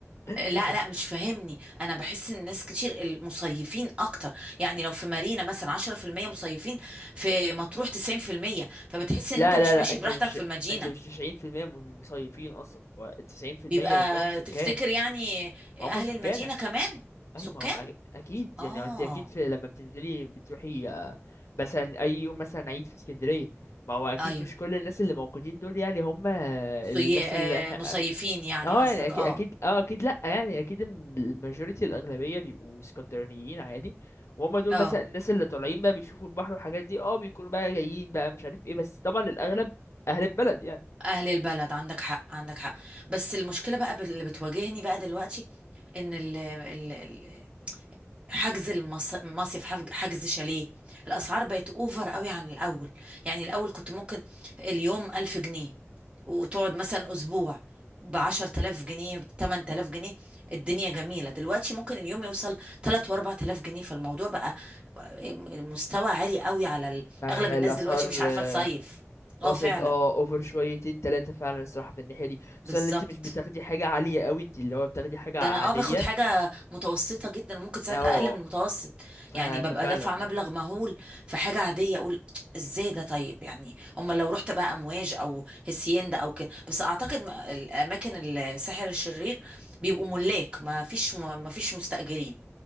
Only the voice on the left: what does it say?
<laughs>
لا
لا لا
انت
مش
انت مش 90% من المصيفين اصلا و90%
منهم سكان
هم سكان
اي ما هم اكيد
يعني ما انت اكيد في لما بتنزلي بتروحي آه، مثلا اي يوم مثلا عيد في اسكندريه ما هو اكيد
مش كل الناس اللي موجودين دول يعني هم الناس
اللي
اه
يعني اكيد
اكيد اه اكيد لا يعني اكيد إن الماجوريتي الاغلبيه بيبقوا اسكندرانيين عادي وهم دول
مثلا الناس اللي طالعين بقى بيشوفوا البحر والحاجات دي اه بيكونوا بقى جايين بقى مش عارف ايه بس طبعا الاغلب اهل البلد يعني
فالاسعار
آه،
وصلت
اه اوفر شويتين تلاتة فعلا الصراحه في الناحيه دي خصوصا
ان انت مش بتاخدي حاجه عاليه قوي انت اللي هو بتاخدي حاجه
عاديه
اه
ف-
ففعلا
إمم.